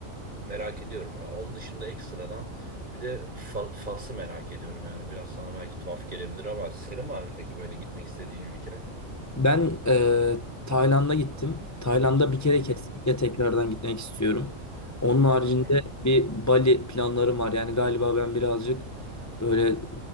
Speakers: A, on the right; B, on the left.
A: merak ediyorum. Onun dışında ekstradan bir de Fa- Fas'ı merak ediyorum yani. Biraz sana belki tuhaf gelebilir ama senin var mı peki böyle gitmek istediğin ülke?
B: Ben e, Tayland'a gittim. Tayland'a bir kere
A: Hı hı,
B: kesinlikle tekrardan gitmek istiyorum. Onun haricinde
A: hı hı,
B: bir Bali planlarım var. Yani galiba ben birazcık böyle